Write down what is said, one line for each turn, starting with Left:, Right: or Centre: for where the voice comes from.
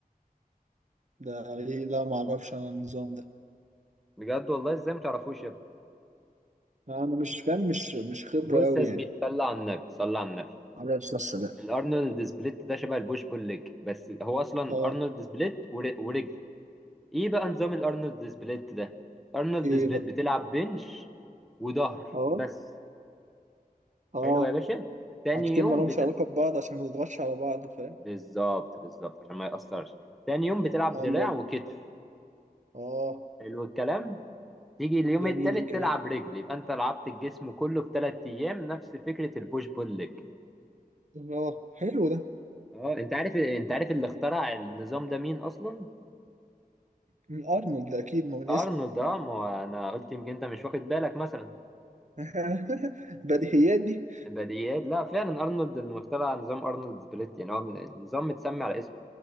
Right: ده ايه لا ما اعرفش انا النظام ده
Centre: بجد والله ازاي ما تعرفوش يا ابني
Right: لا انا مش فاهم مش مش خبره
Centre: بص
Right: قوي
Centre: يا زميلي
Right: يعني
Centre: صلى على النبي صلى على النبي
Right: معرفش الصراحه
Centre: الارنولد سبليت ده شبه البوش بول ليج بس هو اصلا
Right: اه
Centre: ارنولد سبليت ور- ورجل ايه بقى نظام الارنولد سبليت ده ارنولد
Right: ايه
Centre: سبليت
Right: بقى
Centre: بتلعب بنش وظهر
Right: اه
Centre: بس
Right: اه
Centre: حلو يا باشا تاني
Right: حاجتين
Centre: يوم
Right: ما لهمش
Centre: بت...
Right: علاقة ببعض عشان ما تضغطش على بعض فاهم
Centre: بالظبط بالظبط عشان ما يأثرش تاني يوم بتلعب
Right: ايوه
Centre: دراع وكتف
Right: اه
Centre: حلو الكلام تيجي اليوم
Right: جميل
Centre: التالت
Right: الكلام
Centre: تلعب رجل يبقى انت لعبت الجسم كله في ثلاث ايام نفس فكره البوش بول ليج
Right: اه حلو ده
Centre: اه انت عارف انت عارف اللي اخترع النظام ده مين اصلا
Right: من ارنولد ده اكيد ما من
Centre: ارنولد
Right: اسمه
Centre: اه ما هو انا قلت يمكن انت مش واخد بالك مثلا
Right: <laughs> بديهيات دي
Centre: البديهيات لا فعلا ارنولد اللي اخترع نظام ارنولد سبليت يعني هو من- النظام متسمي على اسمه